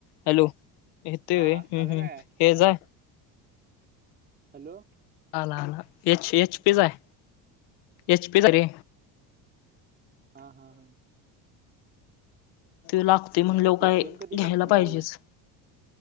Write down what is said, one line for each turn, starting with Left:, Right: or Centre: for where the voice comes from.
Left: हॅलो येतोय
Right: हा
Left: व्हय
Right: आला
Left: हम्म हम्म
Right: काय
Left: हेज
Right: आवाज?
Left: हाय
Right: हॅलो
Left: आला आला एच एच पी चा य. एच पी चा चे.
Right: हा हा हा
Left: लागतय म्हणल्यावर
Right: मग पे
Left: काय
Right: सेम कधी संपणार
Left: घ्यायला पाहिजेच
Right: आहे?